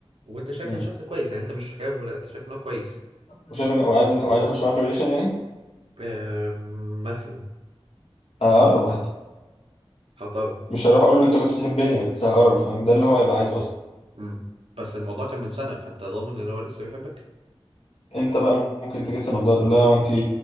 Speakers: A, on the right; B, on the left.
A: وانت شايف
B: مم.
A: ان شخص كويس يعني انت مش شايفه لا انت شايف ان هو كويس
B: وشايف إن وعايز وعايز أخش معاه في ريليشن يعني
A: آم، مثلا
B: هقرب عادي
A: خطأ
B: مش هروح أقول له أنت كنت بتحبني بس هقرب فاهم ده اللي هو يبقى عايزه أصلا
A: امم بس الموضوع كان من سنه فانت ضامن ان هو لسه بيحبك
B: انت بقى ممكن تجس النبضة تقول لها وانت